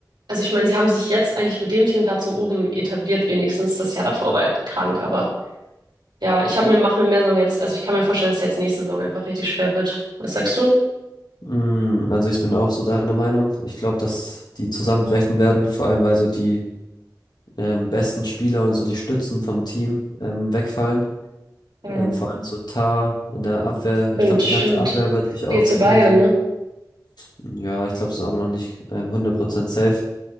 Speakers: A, on the right (about 85°); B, on the left (about 70°).
A: also ich meine, sie haben sich jetzt eigentlich mit dem Team gerade so oben etabliert, wenigstens das Jahr davor war halt krank, aber ja, ich habe mir, mache mir mehr Sorgen jetzt. Also ich kann mir vorstellen, dass jetzt nächste Saison einfach richtig schwer wird. Was sagst du?
B: Mm, Also ich bin auch so deiner Meinung. Ich glaube, dass die zusammenbrechen werden, vor allem weil so die ähm, besten Spieler und so die Stützen vom Team ähm, wegfallen.
A: Mhm.
B: Ähm, vor allem so Tah in der Abwehr.
A: Stimmt,
B: Ich glaube, die
A: stimmt.
B: ganze Abwehr wird sich auflösen.
A: Er geht zu Bayern, ne?
B: Ja, ich glaube, es ist aber noch nicht ähm, 100% safe.